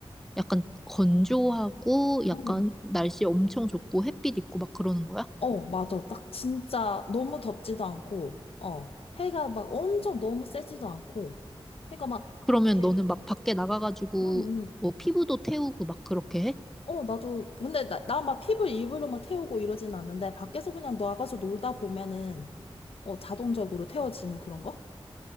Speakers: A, in the centre; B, on the left.
A: 약간 건조하고, 약간
B: 응.
A: 날씨 엄청 좋고, 햇빛 있고 막 그러는 거야?
B: 어, 맞아. 딱 진짜 너무 덥지도 않고, 어. 해가 막 엄청 너무 세지도 않고. 그러니까 막,
A: 그러면
B: 제,
A: 너는 막 밖에 나가가지고,
B: 응, 응.
A: 뭐 피부도 태우고 막 그렇게 해?
B: 어, 나도, 근데 나, 나 막 피부 일부러 막 태우고 이러진 않는데, 밖에서 그냥 나가서 놀다 보면은, 어, 자동적으로 태워지는 그런 거?